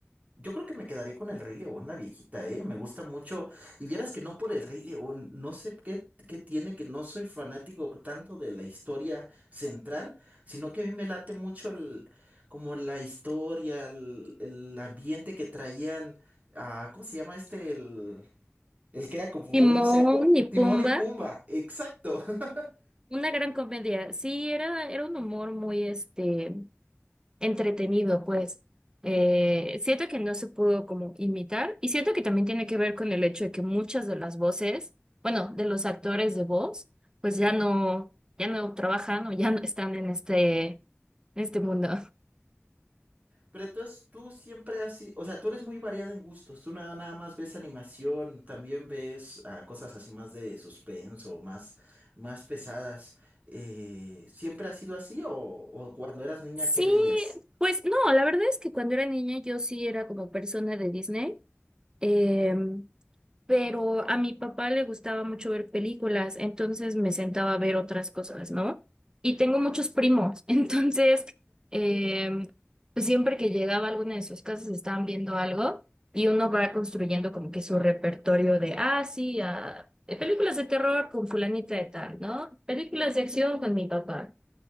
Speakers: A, on the right; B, on the right.
A: Yo creo que me quedaría con el Rey León, la viejita, ¿eh? Me gusta mucho. Y vieras que no por el Rey León, no sé qué, qué tiene, que no soy fanático tanto de la historia central, sino que a mí me late mucho el, como la historia, el, el ambiente que traían, ah, ¿cómo se llama este? El, el que era como
B: Timón
A: un cerdo.
B: y Pumba,
A: Timón y Pumba, exacto. <laughs>
B: una gran comedia. Sí, era, era un humor muy este, entretenido, pues. Eh, siento que no se pudo como imitar y siento que también tiene que ver con el hecho de que muchas de las voces, bueno, de los actores de voz, pues ya no, ya no trabajan o ya no están en este, en este mundo.
A: Pero entonces tú siempre así, o sea, tú eres muy variado en gustos, tú nada, nada más ves animación, también ves ah, cosas así más de suspenso, más, más pesadas. Eh, ¿siempre ha sido así o, o cuando eras niña,
B: Sí,
A: qué veías?
B: pues no, la verdad es que cuando era niña yo sí era como persona de Disney. Em, pero a mi papá le gustaba mucho ver películas, entonces me sentaba a ver otras cosas, ¿no? Y tengo muchos primos, <laughs> entonces, eh, pues siempre que llegaba a alguna de sus casas estaban viendo algo y uno va construyendo como que su repertorio de, ah, sí, ah, eh, películas de terror con fulanita de tal, ¿no? Películas de acción con mi papá.